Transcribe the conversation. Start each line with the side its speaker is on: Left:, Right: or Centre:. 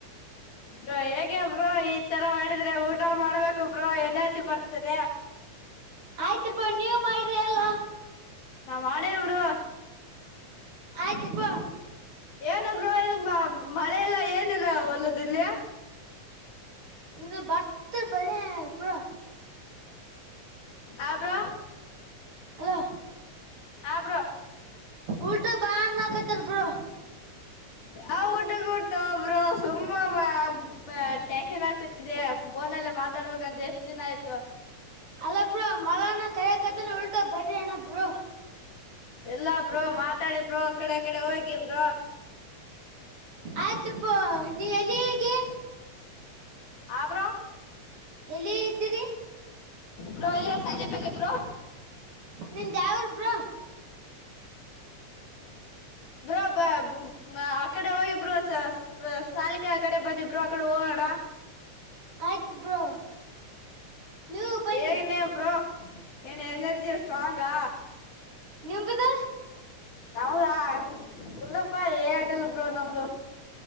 Left: ಬ್ರೋ ಹೇಗೆ ಬ್ರೋ ಈ ತರ ಮಾಡಿದ್ರೆ ಊಟ ಮಾಡ್ಬೇಕು ಬ್ರೋ ಎನರ್ಜಿ ಬರ್ತದೆ.
Right: ಆಯ್ತ್ರಿ ಬ್ರೋ ನೀವ್ ಮಾಡ್ರಿ ಅಲ್ಲೊ.
Left: ನಾವ್ ಮಾಡೇವ್ ಬ್ರೋ
Right: ಆಯ್ತು ಬ್ರೋ
Left: ಏನ ಬ್ರೋ ಇದು ಮ ಮಳೆ ಎಲ್ಲ ಏನಿಲ್ಲ ಹೊಲದ್. ದಿಲ್ಯಾ
Right: ಇನ್ನ ಬರ್ತ ಬಲ್ಯ ಬ್ರೋ
Left: ಆ ಬ್ರೋ
Right: ತ್ತ
Left: ಹಾ ಬ್ರೋ
Right: ಉಲ್ಟ ಬಾ ಅಣ್ಣ ಕತ್ಯಾರ ಬ್ರೋ
Left: ಯಾವ್ ಊಟಕ್ಕೆಡ್ತ ಬ್ರೋ ಸುಮ್ಮ ಮ ಪ ಟೆನ್ಕ್ಷನ್ ಆಗ್ತಿದೆ ಫೋನಲ್ಲ ಮಾತಾಡ್ಬೇಕಂತ ಎಷ್ಟು ದಿನ ಆಯ್ತು.
Right: ಅಲ್ಲ ಬ್ರೋ ಮಲ್ಲಣ್ಣ ಕೈ ಆಕತನ ಉಲ್ಟ ಬರೀ ಅಣ್ಣಾ ಬ್ರೋ.
Left: ಇಲ್ಲಾ ಬ್ರೋ ಮಾತಾಡಿ ಬ್ರೋ ಅಕಡೆ ಅಕಡೆ ಹೋಗಿ ಬ್ರೋ.
Right: ಆಯ್ತ್ರಿ ಬ್ರೋ ನೀ ಎಲ್ಲಿಗೆ
Left: ಆ ಬ್ರೋ
Right: ಎಲ್ಲಿ ಇದ್ದೀರಿ.
Left: ಬ್ರೋ <unintelligible> ಬ್ರೋ
Right: ನಿಂದ್ ಯಾವೂರ್ ಬ್ರೋ
Left: ಬ್ರೋ ಬ ಬಾ ಈ ಕಡೆ ಹೋಗಿ ಬ್ರೋ ಸ ಸ ಸಾಲಿ ಕಡೆ ಆ ಕಡೆ. ಬನ್ನಿ ಬ್ರೋ ಆ ಕಡೆ ಹೋಗಣ.
Right: ಆಯಿತು ಬ್ರೋ ನೀವು ಬನ್ನಿ
Left: ಹೇ ಅನ್ನಿ ಬ್ರೋ ಏನ್ಎನರ್ಜಿ ಸ್ಟ್ರಾಂಗಾ.
Right: ನಿಂಬುದು
Left: ನಮ್ದಾ ಉುಲ್ಲಪ್ಪ ಏನಿಲ್ಲ ಬ್ರೋ ನಮ್ದು